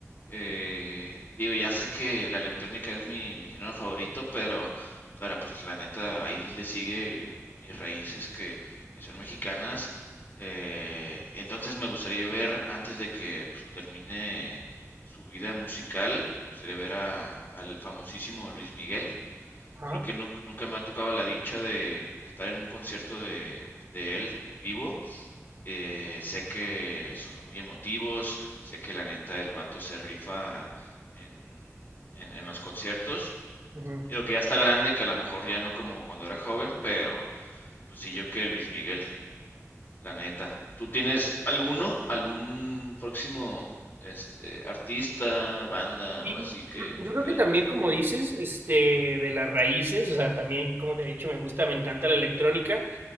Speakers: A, on the left; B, on the right.
A: eh, digo, ya sé que la electrónica es mi, mi género favorito, pero, pero pues la neta, ahí le sigue mis raíces que, que son mexicanas. Eh, entonces me gustaría ver, antes de que pues, termine su vida musical, me gustaría ver a, al famosísimo Luis Miguel.
B: ajá.
A: Creo que nun- nunca, me ha tocado la dicha de, de estar en un concierto de, de él en vivo. Eh, sé que son muy emotivos, sé que la neta el vato se rifa en, en, en los conciertos.
B: ujú.
A: Digo que ya está grande, que a lo mejor ya no como cuando era joven, pero pues sí yo que Luis Miguel, la neta. ¿Tú tienes alguno, algún próximo este artista, banda
B: Y
A: o así que,
B: <clears throat>
A: que
B: yo creo
A: quieras
B: que también,
A: ver?
B: como dices, este, de las raíces, o sea, también, como te he dicho, me gusta, me encanta la electrónica.